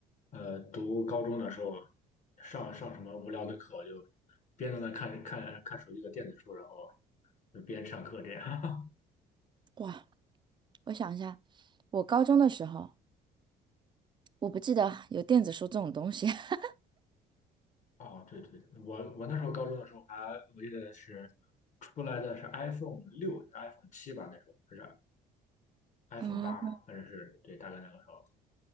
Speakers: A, on the left; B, on the right.
A: 呃读高中的时候，上上什么无聊的课，我就边在那看看看手机的电子书，然后就边上课这样。
B: 哇，我想一下，我高中的时候。我不记得有电子书这种东西。<laughs>
A: <laughs> 哦，对对，我我那时候高中的时候还我记得是出来的是 iPhone 六还是 iPhone 七吧，那时候还是 iPhone
B: 嗯，
A: 八，反正是对，大概那个时候。